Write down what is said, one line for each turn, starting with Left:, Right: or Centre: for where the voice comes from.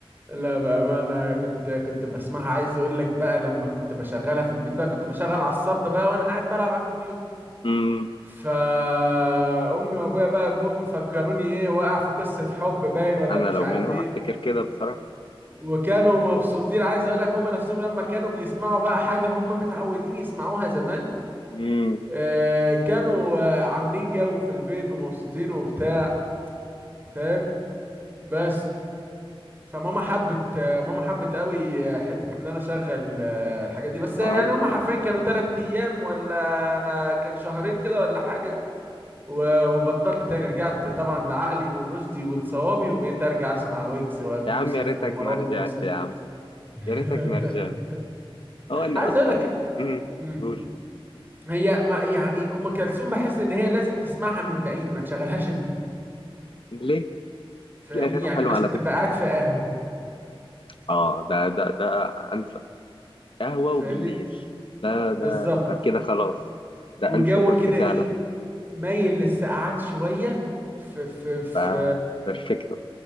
Right: لا بامانه كنت كنت بسمعها عايز اقول لك بقى لما كنت بشغلها في البيت بقى كنت بشغل على الصب بقى وانا قاعد بلعب على الكمبيوتر
Left: مم.
Right: فامي وابويا بقى جم فكروني ايه واقع في قصه حب باين ولا
Left: أنا
Right: مش
Left: لو
Right: عارف
Left: منهم
Right: ايه
Left: أفتكر كده بصراحة
Right: وكانوا مبسوطين عايز اقول لك هم نفسهم لما كانوا بيسمعوا بقى حاجه هم متعودين يسمعوها زمان
Left: مم.
Right: آه، كانوا آه، عاملين جو في البيت ومبسوطين وبتاع فاهم بس فماما حبت آه، ماما حبت قوي آه، حتة ان انا اشغل آه، الحاجات دي بس آه،
Left: آه.
Right: يعني هم حرفيا كانوا تلات ايام ولا آه، كان شهرين كده ولا حاجة و- وبطلت تاني رجعت طبعا لعقلي والرشدي والصوابي وبقيت ارجع اسمع ويجز وابي
Left: يا
Right: يوسف
Left: عم يا ريتك
Right: ومروان
Left: ما رجعت
Right: موسى
Left: يا عم
Right: <laughs>
Left: يا ريتك ما رجعت هو انا
Right: عايز
Left: اصلا
Right: اقول لك
Left: امم
Right: مم،
Left: قول
Right: هي ما يعني ام كلثوم بحس ان هي لازم تسمعها من بعيد ما تشغلهاش انت.
Left: ليك
Right: فاهمني
Left: في اغاني
Right: يعني
Left: حلوه
Right: مثلا
Left: على
Right: تبقى
Left: فكره
Right: قاعد في قهوة
Left: اه ده ده ده انسى قهوه
Right: فاهمني
Left: وبالليل ده ده
Right: بالظبط
Left: انت كده خلاص ده
Right: وجو
Left: انسب وقت
Right: كده
Left: فعلا
Right: ايه مايل للسقعان شوية في في في
Left: ده بيرفكتو